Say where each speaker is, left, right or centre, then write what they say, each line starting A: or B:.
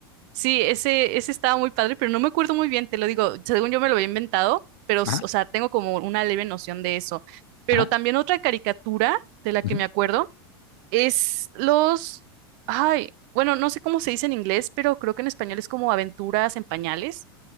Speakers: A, on the right; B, on the left.
A: Sí, ese, ese estaba muy padre, pero no me acuerdo muy bien, te lo digo, según yo me lo había inventado, pero, s-
B: ajá,
A: o sea, tengo como una leve noción de eso. Pero
B: ajá.
A: también otra caricatura de la que
B: ajá.
A: me acuerdo es los, ay, bueno, no sé cómo se dice en inglés, pero creo que en español es como aventuras en pañales.